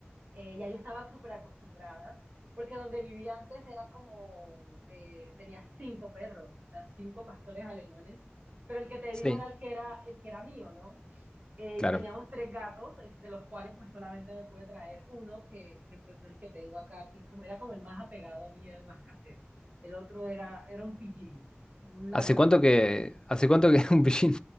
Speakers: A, on the right; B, on the left.
A: Eh, ya yo estaba súper acostumbrada, porque donde vivía antes era como, eh, tenía cinco perros, o sea, cinco pastores alemanes, pero el que te
B: Sí,
A: digo era el que era, el que era mío, ¿no? Eh,
B: claro.
A: y teníamos tres gatos, eh, de los cuales pues solamente me pude traer uno, que, que, pues es el que tengo acá, que es como, era como el más apegado a mí, era el más casero. El otro era, era un pillín, un ladrón,
B: ¿Hace cuánto que, hace cuánto que <laughs> un pillín,